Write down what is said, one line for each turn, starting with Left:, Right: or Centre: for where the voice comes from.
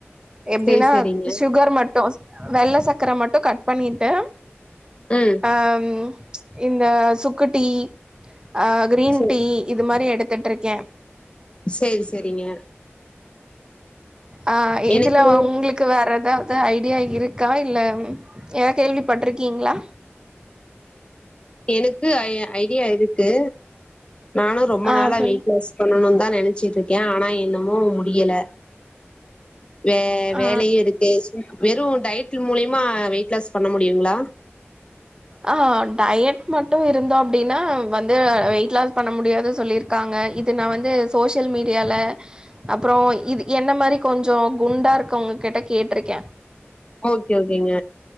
Right: எப்டின்னா
Left: சேரி சேரிங்க
Right: சுகர் மட்டு வெள்ள சக்கர மட்டு கட் பண்ணிட்டு
Left: ம்
Right: அ ம் இந்த சுக்கு டீ அ கிரீன்
Left: சே
Right: டீ இது மாரி எடுத்துட் இருக்கே
Left: சேரி சேரரிங்க
Right: ஆ இதுல
Left: எனக்கு
Right: ஒங்ளுக்கு வேற எதாவ் து ஐடியா இருக்கா இல்ல ஏதா கேள்விப்பட்ருக்கீங்ளா
Left: எனுக்கு ஐ ஐடியா இருக்கு நானு ரொம்ப
Right: ஆ
Left: நாளா
Right: சொல்லு
Left: வெயிட் லாஸ் பண்ணனுந்தா நெனச்சிட் இருக்கே ஆனா என்னமோ முடியல வே
Right: ஆ
Left: வேலையு இருக்கெ சும் வெறு டயட் மூலியமா வெயிட் லாஸ் பண்ண முடியுங்ளா
Right: ஆ டயட் மட்டு இருந்தோ அப்டின்னா வந்து வெயிட் லாஸ் பண்ண முடியாது சொல்லிருக் க்காங்க இது நா வந்து சோஷியல் மீடியால அப்பறோ இது என்ன மாரி கொஞ்சொ குண்டா இருக்கவங்க கிட்ட கேட்ருக்கே
Left: ஓகே ஓகேங்க